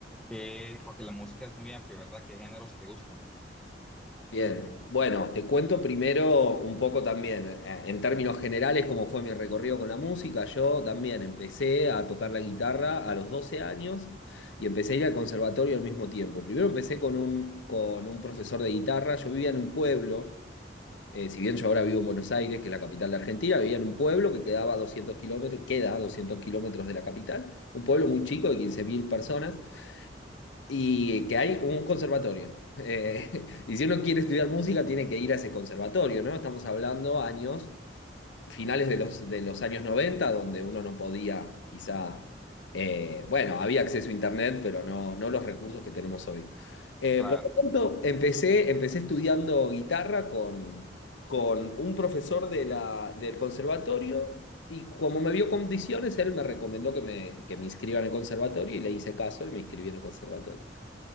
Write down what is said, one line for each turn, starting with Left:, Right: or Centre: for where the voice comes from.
Centre: que, porque la música es muy amplia, ¿verdad? ¿Qué géneros te gustan?
Left: Bien, bueno, te cuento primero un poco también, eh, en términos generales, cómo fue mi recorrido con la música. Yo también empecé a tocar la guitarra a los 12 años y empecé a ir al conservatorio al mismo tiempo. Primero empecé con un, con un profesor de guitarra. Yo vivía en un pueblo, eh, si bien yo ahora vivo en Buenos Aires, que es la capital de Argentina, vivía en un pueblo que quedaba a 200 kilómetros, queda a 200 kilómetros de la capital, un pueblo muy chico de 15.000 personas y que hay un conservatorio. <laughs> Eh, y si uno quiere estudiar música, tiene que ir a ese conservatorio, ¿no? Estamos hablando años, finales de los, de los años noventa donde uno no podía, quizá, eh, bueno, había acceso a Internet, pero no, no los recursos que tenemos hoy. Eh,
Centre: Claro.
Left: por lo tanto, empecé, empecé estudiando guitarra con, con un profesor de la, del conservatorio. Y como me vio condiciones, él me recomendó que me, que me inscriba en el conservatorio y le hice caso y me inscribí en el conservatorio.